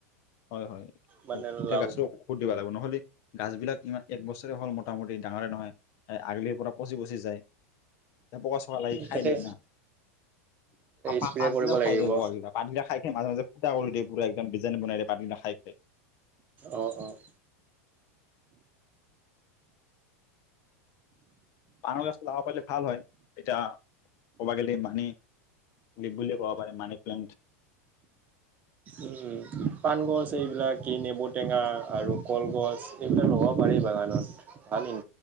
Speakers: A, on the left; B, on the right.
A: হয় হয়।
B: মানে
A: এতিয়া
B: লাও
A: গাছটো ঔষুধ দিব লাগিব নহলে গাছ বিলাক ইমান এক বছৰে হ'ল মোটামুটি ডাঙৰে নহয়। আগলি পৰক পচি পচি যায়। পয়োৱা চকা লাগি খাই
B: তাতে
A: দিয়ে না। তাপা
B: স্প্ৰে
A: আগগিলাও
B: কৰিব লাগিব
A: খাই দিয়ে বগাগিলা আগগিলা খাই খাই মাজে মাজে। টাউলডে পোৰা একদম ডিজাইন বনাই দে। পানী নাখাইছে।
B: অ', অ।
A: পান গছটো লগাব পাৰিলে ভাল হয়। এতিয়া ক'ব গ'লে মানি, লীপ বুলিও ক'ব পাৰে। মানি প্লেণ্ট
B: উম, পাণ গছ এইবিলাক কি নেমু টেঙা, আৰু কলগছ এইবিলাক লগাব পাৰি বাগানত। ভাল ইন